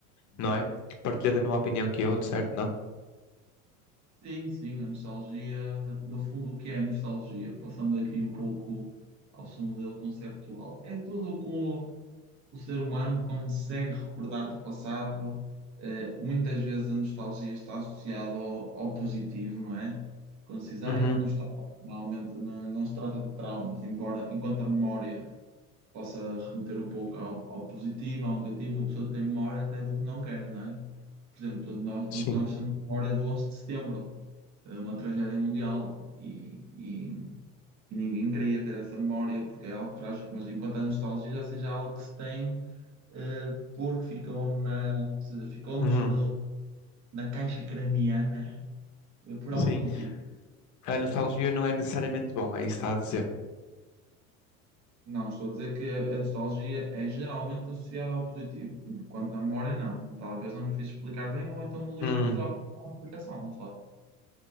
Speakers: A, on the left; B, on the right.
A: não é? Partilha da mesma opinião que eu, de certo, não?
B: Sim, sim, a nostalgia. No fundo, o que é a nostalgia? Passando aqui um pouco ao seu modelo conceptual. É tudo com o ser humano consegue recordar do passado. eh, muitas vezes a nostalgia está associada ao, ao positivo, não é? Quando se diz, ai,
A: Uhum,
B: que nostalgia, normalmente não, não se trata de traumas, embora enquanto a memória possa remeter um pouco ao, ao positivo, ao negativo, uma pessoa tem memória até do que não quer, não é? Por exemplo, todos nós,
A: sim.
B: todos nós temos memória do 11 de setembro, eh, uma tragédia mundial, e, e- e ninguém queria ter essa memória porque é algo trágico, mas enquanto a nostalgia já seja algo que se tem eh, porque ficou na, ficou-nos
A: Uhum,
B: no- na caixa craniana, eh, por algum
A: sim.
B: motivo.
A: A nostalgia não é necessariamente bom, é isso que está a dizer.
B: Não, estou a dizer que a nostalgia é geralmente associada ao positivo, enquanto a memória não. Talvez não me fiz explicar bem, ou então o Luís
A: Hum,
B: não prestou atenção à explicação, não sei.